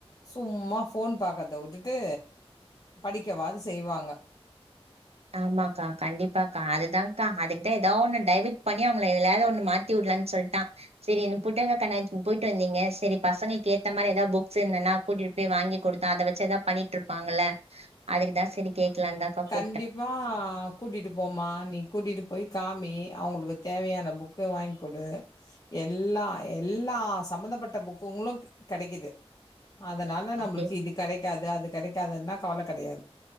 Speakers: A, on the left; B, on the right.
A: சும்மா ஃபோன் பாக்கறத வுட்டுட்டு படிக்கவாது செய்வாங்க.
B: ஆமாக்கா, கண்டிப்பாக்கா அதுதான்கா அதுக்குதா ஏதாவொண்ணு டைவட் பண்ணி அவுங்கள எதுலயாது ஒண்ணு மாத்திவுடலானு சொல்ட்டா செரி இந்த புட்டக கண்ணாட்ச் போயிட்டு வந்தீங்க செரி பசங்கள்க்கு ஏத்த மாரி எதாது புக்ஸ் இந்துனா கூட்டிட்டு போய் வாங்கி குடுத்தா அத வச்சு எதாப் பண்ணிட்டு இருப்பாங்கல்ல. அதுக்குதா செரி கே க்லாந்தாக்கா கு
A: கண்டிப்பா கூட்டிட்டு போமா நீ கூட்டிட்டு போய் காமி அவுங்களுக்கு தேவையான புக்கு வாய்ங்க் கொடு எல்லா எல்லா சம்மந்தப்பட்ட புக்குங்களு கெடைக்கிது அதனால
B: அப்டியே
A: நம்மளுக்கு இது கெடைக்காது அது கெடைக்காதுன்னா கவல கெடையாது